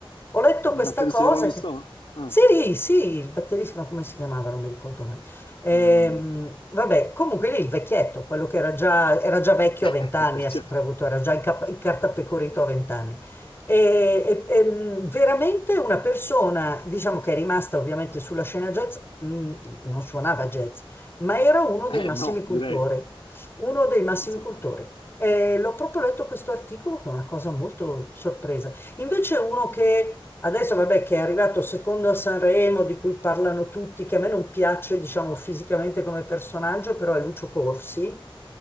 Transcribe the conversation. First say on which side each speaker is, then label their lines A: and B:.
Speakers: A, on the left; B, on the left.
A: Ho letto
B: Il
A: questa
B: batterista
A: cosa
B: di Rolling
A: che...
B: Stone? Ah,
A: Sì, sì, il batterista, no, come si chiamava? Non mi ricordo mai. Ehm,
B: eh, non mi ricordo.
A: vabbè, comunque lì il vecchietto, quello che era già, era già vecchio
B: <laughs>
A: a vent'anni, ha
B: Cioè,
A: sempre avuto, era già inca- incartapecorito a vent'anni. E, e- e, mh, veramente una persona, diciamo che è rimasta ovviamente sulla scena jazz, mh, non suonava jazz, ma era uno dei
B: eh,
A: massimi
B: no,
A: cultori,
B: direi.
A: uno dei massimi
B: Pensa
A: cultori.
B: un po'.
A: E l'ho proprio letto questo articolo che è una cosa molto sorpresa. Invece uno che Adesso, vabbè, che è arrivato secondo a Sanremo, di cui parlano tutti, che a me non piace, diciamo, fisicamente come personaggio, però è Lucio Corsi,